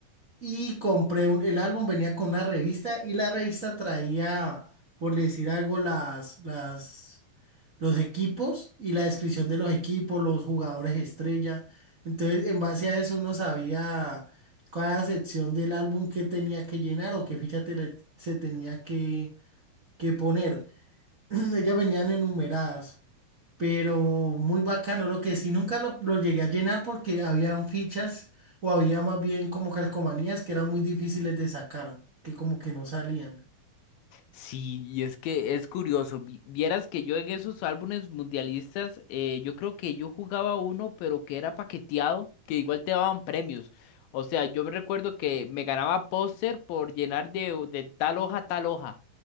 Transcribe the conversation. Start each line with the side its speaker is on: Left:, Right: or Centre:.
Right: Y compré un- el álbum, venía con una revista y la revista traía, por decir algo, las, las, los equipos y la descripción de los equipos, los jugadores estrella. Entonces, en base a eso uno sabía cada sección del álbum que tenía que llenar o qué ficha te le- se tenía que, que poner. <clears throat> Ellas venían enumeradas, pero muy bacano. Lo que sí nunca lo, lo llegué a llenar porque habían fichas o había más bien como calcomanías que eran muy difíciles de sacar, que como que no salían.
Left: Sí, y es que es curioso. vi- Vieras que yo en esos álbumes mundialistas, eh, yo creo que yo jugaba uno, pero que era paqueteado, que igual te daban premios. O sea, yo me recuerdo que me ganaba póster por llenar de, de tal hoja a tal hoja.